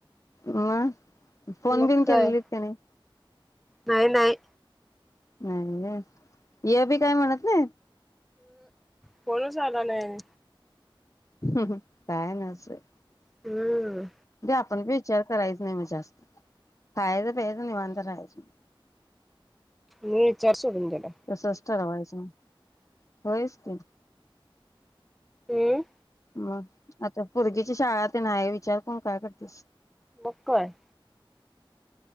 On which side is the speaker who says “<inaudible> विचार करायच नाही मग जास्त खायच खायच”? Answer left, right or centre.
Left